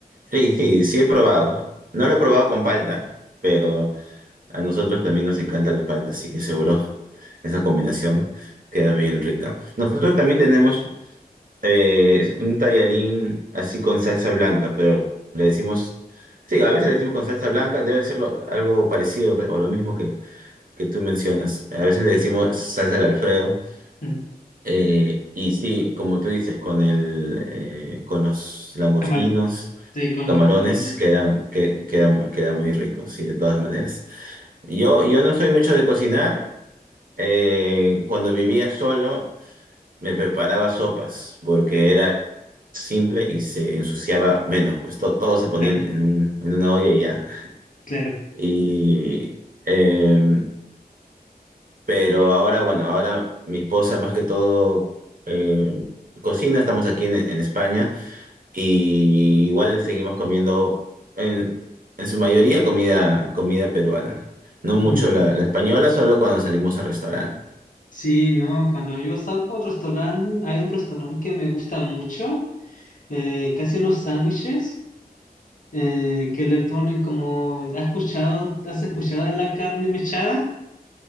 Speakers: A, on the right; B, on the left.
A: Sí, sí, sí he probado. No lo he probado con palta, pero a nosotros también nos encanta la palta, así que seguro esa combinación queda bien rica. Nosotros también tenemos eh, un tallarín así con salsa blanca, pero le decimos, sí, a veces le decimos con salsa blanca, debe ser lo- algo parecido que- o lo mismo que, que tú mencionas. A veces le decimos salsa al Alfredo.
B: Mm.
A: eh, y sí, como tú dices, con el, eh, con los langostinos.
B: Camar- sí, con
A: Camarones
B: los camarones.
A: quedan, que, quedan, quedan muy ricos, sí, de todas maneras. Yo, yo no soy mucho de cocinar. eh, cuando vivía solo, me preparaba sopas porque era simple y se ensuciaba menos, pues to- todo se ponía
B: claro.
A: en, en un- en una olla y ya.
B: Claro.
A: Y, eh, pero ahora, bueno, ahora mi esposa más que todo eh, cocina, estamos aquí en en España. Y igual seguimos comiendo en, en su mayoría comida, comida peruana. No mucho
B: Ujú.
A: la, la española, solo cuando salimos al restaurante.
B: Sí, no, cuando yo salgo al restaurante, hay un restaurante que me gusta mucho, eh, que hace unos sándwiches, eh, que le ponen como, ¿has escuchado, has escuchado de la carne mechada?